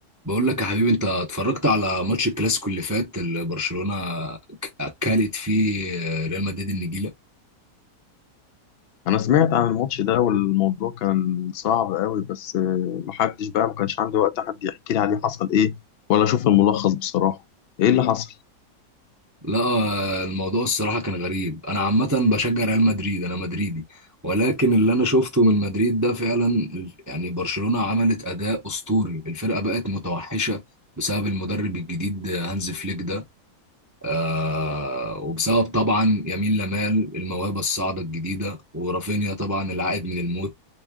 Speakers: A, on the right; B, on the left.
A: بقول لك يا حبيبي انت اتفرجت على ماتش الكلاسيكو اللي فات اللي برشلونة ك- اكلت فيه ريال مدريد النجيلة
B: انا سمعت عن الماتش ده والموضوع كان صعب قوي بس آه، محدش بقى ما كانش عندي وقت حد يحكي لي عليه حصل ايه ولا اشوف الملخص بصراحة ايه اللي حصل
A: لا الموضوع الصراحة كان غريب انا عامة بشجع ريال مدريد انا مدريدي ولكن اللي انا شفته من مدريد ده فعلا ال- يعني برشلونة عملت اداء اسطوري الفرقة بقت متوحشة بسبب المدرب الجديد هانز فليك ده آه وبسبب طبعا يمين لمال الموهبة الصاعدة الجديدة ورافينيا طبعا العائد من الموت